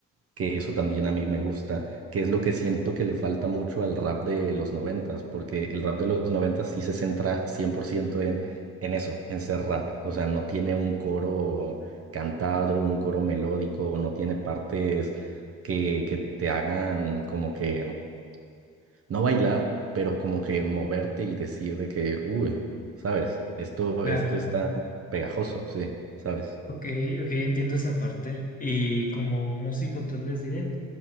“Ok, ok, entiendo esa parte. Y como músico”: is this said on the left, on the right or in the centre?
Left